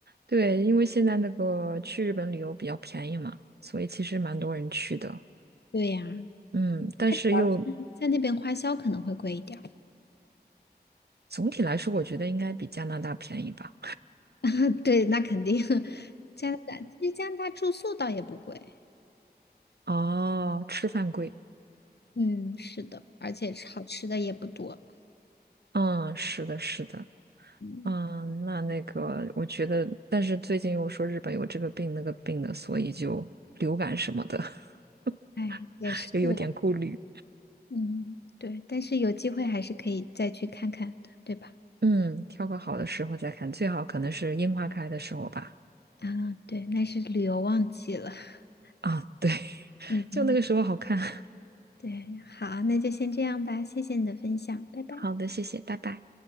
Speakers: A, on the right; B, on the left.
A: 对，因为现在那个去日本旅游比较便宜嘛，所以其实蛮多人去的。
B: 对呀，
A: 嗯，但是又
B: 他主要是在那边花销可能会贵一点儿。
A: 总体来说，我觉得应该比加拿大便宜吧。
B: <laughs> 对，那肯定。<laughs> 加拿大其实加拿大住宿倒也不贵，
A: 哦，吃饭贵。
B: 嗯，是的，而且好吃的也不多。
A: 嗯，是的，是的。
B: 嗯，
A: 嗯，那那个，我觉得，但是最近又说日本有这个病那个病的，所以就流感什么的 <laughs>
B: 哎，也是啊
A: 又有点顾虑。
B: 嗯，对，但是有机会还是可以再去看看的，对吧？
A: 嗯，挑个好的时候再看，最好可能是樱花开的时候吧。
B: 啊，对，那是旅游旺季了。<laughs>
A: 啊，对，<laughs>
B: 嗯，
A: 就那个时候好看。<laughs>
B: 对，好，那就先这样吧，谢谢你的分享，拜拜。
A: 好的，谢谢，拜拜。